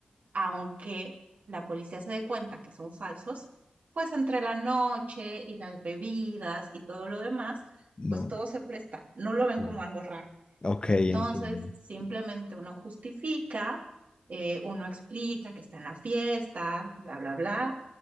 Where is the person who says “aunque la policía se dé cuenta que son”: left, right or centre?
Right